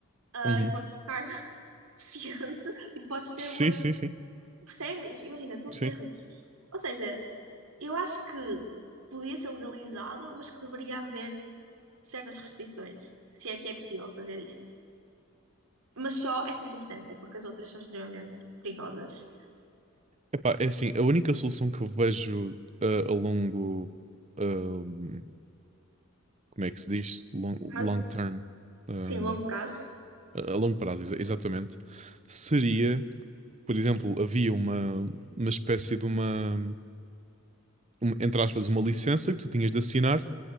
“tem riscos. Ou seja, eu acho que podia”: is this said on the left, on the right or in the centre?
Right